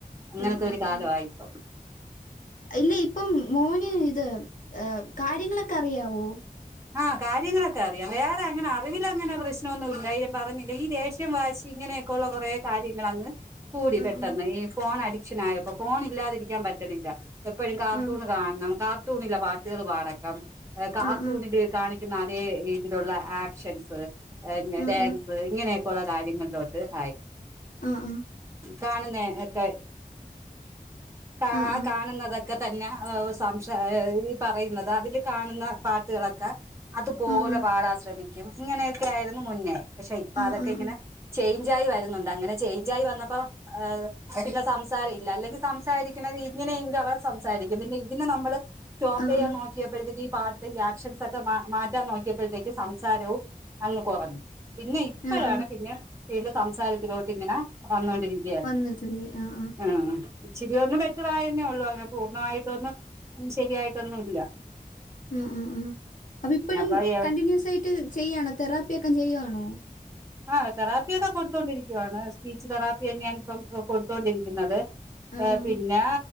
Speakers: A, on the right; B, on the left.
A: അങ്ങനത്തെ
B: ആഹ് ആഹ്
A: ഒരു കാല
B: ആഹ്
A: വായിപ്പം
B: ഇല്ല ഇപ്പം മോന് ഇത് കാര്യങ്ങളൊക്കെ അറിയാവോ
A: ആഹ് കാര്യങ്ങളൊക്കെ അറിയാം വേറെ അങ്ങനെ അറിവൽ അങ്ങനെ പ്രശ്നമൊന്നും ഇല്ലായിയം പറഞ്ഞില്ല ഈ ദേഷ്യം വാശി ഇങ്ങനെ ക്കുള്ള കുറ കാര്യങ്ങളൾങ്ങ് കൂടി
B: ആഹ്
A: പെട്ടെന്ന് ഈ ഫോൺ അഡിക്ഷൻ ആയപ്പോ ഫോണില്ലാതിരിക്കാൻ പറ്റണില്ല. എപ്പഴും കാർട്ടൂണ്
B: ആഹ്
A: കാണണം കാർട്ടൂണിലെ പാട്ടുകള് പാടക്കം കാ
B: ആഹ്
A: ത് കാണിക്കുന്ന അതേയിലുള്ള ആക്ഷസ്‌
B: ആഹ്
A: ഡാൻ ഇങ്ങനെയൊക്കെള്ള കാര്യങ്ങളിലോട്ട് ആയി
B: ആഹ്
A: കാണുന്നയെക്കെ കാ
B: ആഹ് ആഹ്
A: ആ കാണുന്നത് ഒക്കെ തന്നെ സംശ ഈ പറയ്ന്നത് അതിൽ കാണുന്ന പാട്ട്കളൊക്കെ അതുപോലെ
B: ആഹ് ആഹ്
A: പാടാശ്രമിക്കും ഇങ്ങനെയൊക്കെ ആരുന്നു മുന്നേ പക്ഷെ ഇപ്പൊ
B: ആഹ്
A: അതൊക്കെ
B: ആഹ് ആഹ്
A: ഇങ്ങനെ ചേയ്ഞ്ചായി വര്ന്നൊണ്ട് അങ്ങനെ ചേയ്ഞ്ചായി വന്നപ്പോ പിന്നെ സംസാരം ഇല്ല അല്ലെങ്കി സംസാരിക്കണ്ത് ഇങ്ങനെയെങ്കിലും അവർ സംസാരിക്കും പിന്നെ ഇതിനെ നമ്മള് സ്റ്റോപ്പ് ചെയ്യാ
B: ആഹ് ആഹ് ആഹ് ആഹ്
A: നോക്കിയപ്പോഴത്തേക്ക്‌ ഈ പാ ഈ ആക്ഷൻസ് ഒക്കെ മാ മാറ്റാൻ നോക്കിയപ്പോഴത്തേക്ക് സംസാരവും അങ്ങ് കൊറഞ്ഞു. പിന്നെ ഇപ്പഴാണ്
B: ആഹ് ആഹ്
A: പിന്നെ വീണ്ടും സംസാരത്തിലോട്ട് ഇങ്ങനെ വന്നോണ്ടിരി ത്ത്യേം
B: വന്നിട്ടില്ലേ ആഹ്
A: ആഹ്. ഇച്ചിരിയൊന്ന് ബെറ്ററായെന്നേ ഒള്ളൂ. അങ്ങ് പൂർണ്ണമായിട്ടൊന്നും ശെരിയായിട്ടൊന്നുംല്ല.
B: ആഹ് ആഹ് ആഹ്. അപ്പ ഇപ്പഴും
A: അപ്പൊ
B: കണ്ടിന്യൂസായിട്ട് ചെയ്യാണോ തെറാപ്പിയൊക്കെ ചെയ്യ്വാണോ?
A: ആഹ് തെറാപ്പിയൊക്കെ കൊട്ത്തോണ്ടിരിക്കുവാണ് സ്പീച്ച് തെറാപ്പിയെന്നെയാണ് ഇപ്പം കൊട്ത്തോണ്ടിരിക്ക്‌യുന്നത്.
B: ആഹ്
A: പിന്നെ